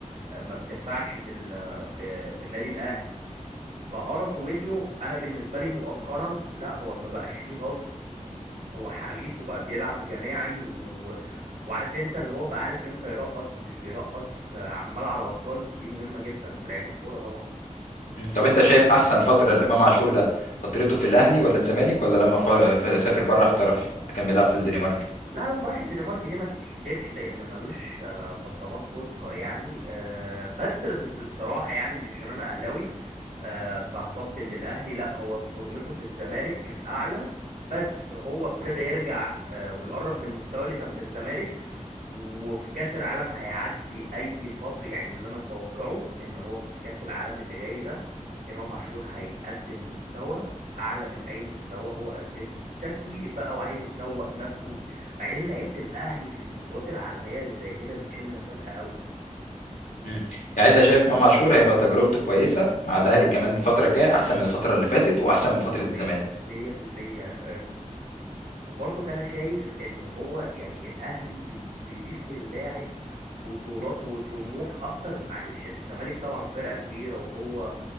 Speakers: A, on the right (about 80°); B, on the left (about 85°).
A: آه، ما بتنفعش في ال في في النادي الاهلي فقرص ودنه انا بالنسبه لي مؤخرا لا هو ما بقاش فيه غلطه هو حريف وبقى بيلعب جماعي و... وعارف انت اللي هو بقى عارف امتى يرقص مش بيرقص آه، عمال على بطال دي مهمه جدا في لعيب الكوره طبعا
B: مم. طب انت شايف احسن فتره لامام عاشور ده فترته في الاهلي ولا الزمالك ولا لما ف... ف... سافر بره احترف لما كان بيلعب في الدنمارك
A: لا لما راح الدنمارك دي ما تتحسبش لان ملوش آه، بصمات تذكر يعني آه، بس بس بصراحه يعني مش عشان انا اهلاوي آه، فهطبل للاهلي لا هو فورمته في الزمالك كانت اعلى بس هو ابتدى يرجع آه، ويقرب من المستوى اللي كان في الزمالك وفي كاس العالم هيعدي اي فتره يعني اللي انا متوقعه ان هو في كاس العالم اللي جاي ده امام عاشور هيقدم مستوى اعلى من اي مستوى هو قدمه تسويق بقى وعايز يسوق نفسه بعدين لعيبه الاهلي في البطولات العالميه اللي زي كده بتشم نفسها قوي
B: مم. يعني انت شايف امام عاشور هيبقى تجربته كويسه مع الاهلي كمان الفتره الجايه احسن من الفتره اللي فاتت واحسن
A: 100%
B: من فتره الزمالك
A: 100% وبرضك انا شايف ان هو يعني الاهلي بي بيضيف للاعب بطولات وطموح اكتر معلش الزمالك طبعا فرقة كبيرة وهو